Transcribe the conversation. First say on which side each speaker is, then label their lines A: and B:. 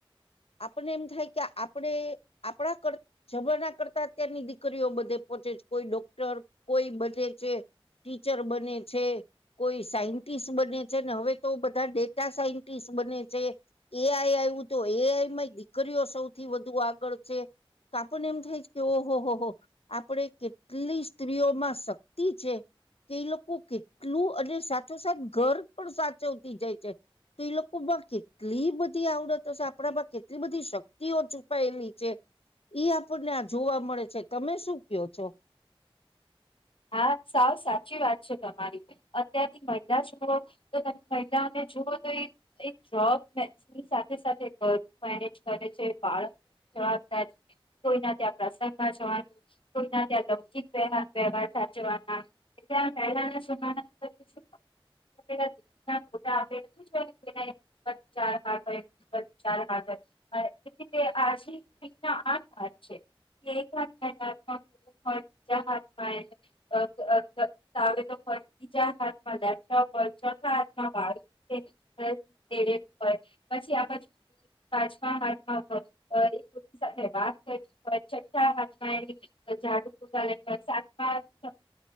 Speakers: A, on the left; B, on the left.
A: આપને એમ થાય કે આપણે આપણા કરતા જમાના કરતા અત્યારની દીકરીઓ બધે પોહોંચે છે કોઈ ડોક્ટર કોઈ બધે છે ટીચર બને છે કોઈ સાયન્ટિસ્ટ બને છે ને હવે તો બધા ડેટા સાયન્ટિસ્ટ બને છે એઆઈ આવ્યું તો એઆઈ દરીઓ સૌથી વધુ આગળ છે તો આપને એમ થાય છે કે ઓહો હો હો આપડે કેટલી સ્ત્રીઓમાં શક્તિ છે કે એ લોકો કેટલું અને સાથોસાથ ઘર પણ સાચવતી જાય છે તો એ લોકોમાં કેટલી બધી આવડતો છે આપણામાં એટલી બધી શક્તિઓ છુપાયેલી છે ઈ આપણને આ જોવા મળે છે તમે શું કયો છો.
B: હા સાવ સાચી વાત છે તમારી અત્યારની મહિલા જુઓ તો તમે મહિલાઓને જુઓ તો એક જોબની સાથે સાથે ઘર મેનેજ કરે છે બાળક જવાબદારી કોઈના ત્યાં પ્રસંગમાં જવાનું કોઈના ત્યાં લૌકિક વ વવહાર પહેલાના જના તમેુનાોટા ચ હોય ચાથ આ આઠાથ છે એક હાથ હો બીજા હાથમાં લેપટોપ હોય ચોથા હાથમાં વાળું હોય પછી આ પાંચમા હાથમાં વાત કર હોયા હાથમાં ડ હો સાત.